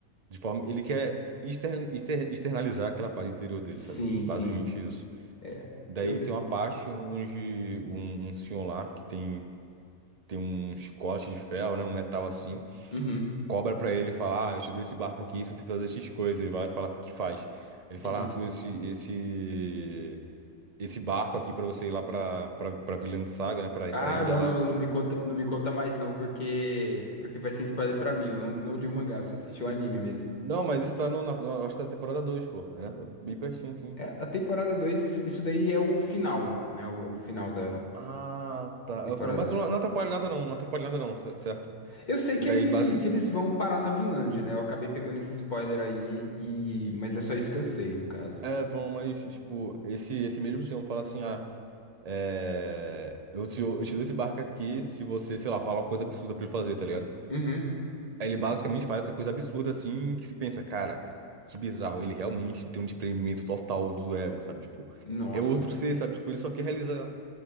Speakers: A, on the right; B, on the left.
A: de forma, ele quer exter, exter- externalizar aquela paz interior dele,
B: sim,
A: sabe? Basicamente
B: sim.
A: isso.
B: É.
A: Daí
B: Eu.
A: tem
B: eu-
A: uma parte onde um, um senhor lá que tem tem um chicote de ferro, né, um metal assim
B: Uhum,
A: cobra pra ele e fala: Ah, eu te dou esse barco aqui se você fazer X coisas Ele vai lá e fala: O que faz? Ele fala:
B: uhum.
A: Ah, eu te dou esse, esse, esse barco aqui pra você ir lá pra, pra, pra Vinland Saga, né? Pra,
B: Ah,
A: pra ilha
B: não,
A: lá.
B: não, não, não me conta, não me conta mais não, porque porque vai ser spoiler pra mim. Eu não, não li o mangá, só assisti o anime mesmo.
A: Não, mas isso tá no, na, na- acho que tá na temporada dois pô. É, né? É bem pertinho assim.
B: É, a temporada 2, isso isso daí é o final, né? O, o final da
A: Ah, tá.
B: temporada
A: Eu falo, mas
B: 2.
A: não, não atrapalha nada não, não atrapalha nada não, cer- certo?
B: Eu sei
A: E
B: que
A: Daí,
B: ele
A: basicamente.
B: que eles vão parar na Vinlândia, né? Eu acabei pegando esse spoiler aí e mas é só isso que eu sei, no caso.
A: É, vão, mas, tipo, esse, esse mesmo senhor fala assim: Ah. É, eu te, eu te dou esse barco aqui se você, sei lá, falar uma coisa absurda pra ele fazer, tá ligado?
B: Uhum.
A: Aí Ele basicamente faz essa coisa absurda assim, que se pensa, cara, que bizarro. Ele realmente tem um desprendimento total do ego, sabe? Tipo,
B: Nossa.
A: é outro ser, sabe? Tipo, ele só quer realizar,